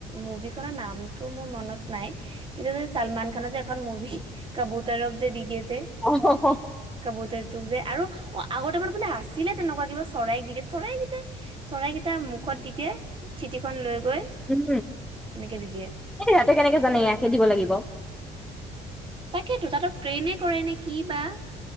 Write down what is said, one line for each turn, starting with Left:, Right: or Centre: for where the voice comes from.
Right: মুভি খন নামটো মোৰ মনত নাই কিন্তু ছালমান খানৰ যে এখন মুভি কাবুতাৰক যে দি দিয়ে
Centre: অ
Right: কাপোতাৰ টো যে আৰু অ আগতে মান বোলে আছে ছিলে তেনেকুৱা কিবা চৰাইক দিয়ে চৰাইকেইট চৰাইকেইটা মুখত দিয়ে চিঠি খখন মখুত লৈ গৈ
Centre: উম
Right: সেনেকে দি দিয়ে
Centre: এই ইহতে কেনেকে জানে ইয়াকে দিব লাগিব
Right: তাকেটো তাতক প্ৰট্ৰেইনে কৰে নে কি বা